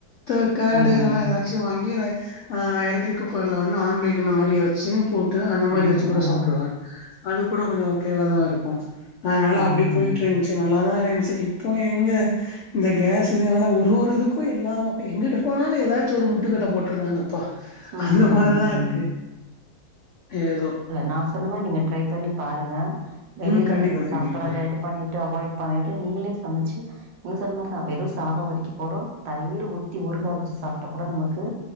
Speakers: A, on the left (about 75°); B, on the right (about 80°).
A: த்த கேடு
B: ம்
A: இல்லனா எதா ச்சு வாங்கிறே அ எலக்ட்ரிக் குக்கர்ல வந்து ஆம்லேட்டு இந்த மாரி வெச்ச போட் ட்டு அந்த மாரி
B: ம்
A: வச்சு கூட
B: ம்
A: சாப்ட்டுருவ அது கூட கொஞ்சம் ஓகேவாதா இருக்கு அதனால
B: ம் ம்
A: அப்டி போயிட்டு இருந்துச்சு நல்லாதான் இருந்துச்சு இப்போ எங்க இந்த கேஸ் இதனால ஒரு ஒரு இதுக்கு எல்லா பக்க எங்கிட்டு போனாலு ஏதாச்சு ஒரு முட்டுக்கட்ட போட்டுருறாங்க ப்பா
B: ம்
A: அந்த மாரிலா
B: ம் ம்
A: இருக்கு ஏதோ
B: நா சொன்ன மாரி நீங்க ட்ரை பண்ணி பாருங்க வெளியில
A: ம் கண்டிப்பா கண்டிப்பா
B: சாப்பட்றத இது பண்ணி டு அவாய்ட் பண்ணிட்டு நீங்களே சமச்சு நீங்க சொன்ன மாரிதா வெறும் சாதம் வடிக்க போறோ தயிர் ஊத்தி உருகா வச்சு சாப்ட்டா கூட நமக்கு